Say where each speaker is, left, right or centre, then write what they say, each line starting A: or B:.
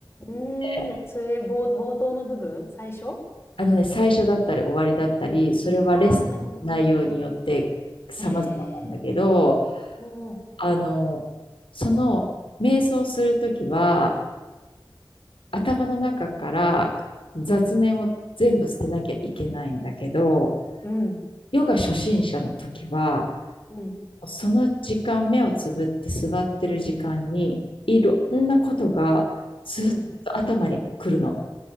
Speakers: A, on the left (about 30°); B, on the left (about 85°).
A: うん。
B: で
A: うん。それ、冒、冒頭の部分最初
B: あのね、最初だったり終わりだったり、それはレッスンの内容によって様々なんだけど、
A: ああー、なるほど。ええー。うん
B: あの、その瞑想するときは、頭の中から雑念を全部捨てなきゃいけないんだけど、
A: うん。
B: ヨガ初心者の時は、
A: うん。
B: その時間、目をつぶって座ってる時間に、いろんなことがずっと頭に来るの。
A: うん。